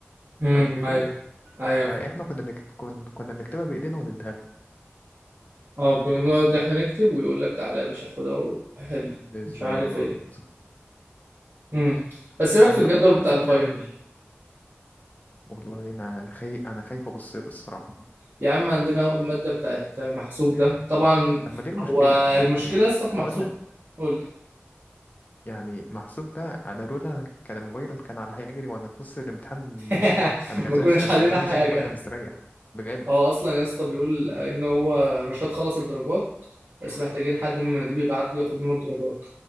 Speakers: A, on the right; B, on the left.
A: امم
B: فاهم الفكرة؟
A: ايوه ايوه
B: فإحنا
A: فاهم
B: كنا بنكت... كن... كنا بنكتبها بإيدينا ونديها لهم
A: اه كنا بنقعد احنا نكتب ويقول لك تعالى يا باشا خدها وحل
B: بالظبط
A: مش عارف ايه امم بس ايه رايك
B: فأنت
A: في الجدول
B: برضو عندك
A: بتاع الفاينل
B: يعني والله أنا خي... أنا خايف أبصر الصراحة
A: يا عم عندنا اول ماده بتاعت محسوب ده طبعا
B: طب ما دي المشكلة
A: هو
B: ما
A: المشكله
B: دي يعني
A: يا اسطى في محسوب
B: هقول لك
A: قول
B: يعني محسوب ده أنا لولا كان الموبايل كان على هيجري وأنا في نص الامتحان ما-
A: <laughs>
B: أنا كان
A: ما
B: زمان
A: كناش
B: أنا
A: حلينا
B: كان زماني
A: حاجة
B: شايل المادة مستريح بجد
A: هو أصلا يا اسطى بيقول إن هو رشاد خلص الدرجات بس محتاجين حد من المناديب يبعت له ياخد منه الدرجات